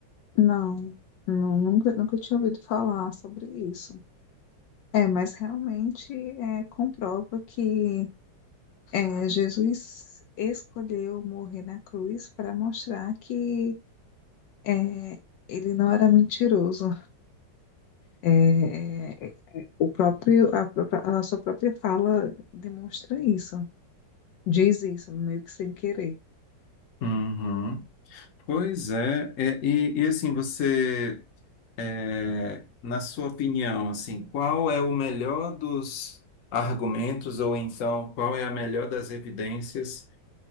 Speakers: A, on the left; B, on the left.
A: Não, nu- nunca, nunca tinha ouvido falar sobre isso. É, mas realmente é, comprova que é, Jesus escolheu morrer na cruz para mostrar que é, ele não era mentiroso. É, é, é, o próprio, a, própria- a sua própria fala demonstra isso, diz isso, meio que sem querer.
B: Uhum. Pois é, é, e, e assim, você, é, na sua opinião, assim, qual é o melhor dos argumentos, ou então qual é a melhor das evidências,